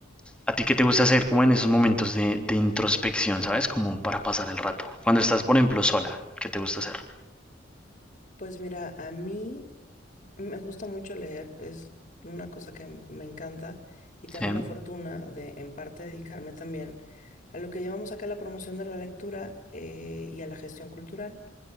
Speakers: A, in the centre; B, on the left.
A: ¿a ti qué te gusta hacer como en esos momentos de, de introspección, ¿sabes? Como para pasar el rato. Cuando estás, por ejemplo, sola, ¿qué te gusta hacer?
B: Pues mira, a mí me gusta mucho leer, es una cosa que me encanta y tengo
A: Sí,
B: la fortuna de en parte dedicarme también a lo que llamamos acá la promoción de la lectura eh, y a la gestión cultural.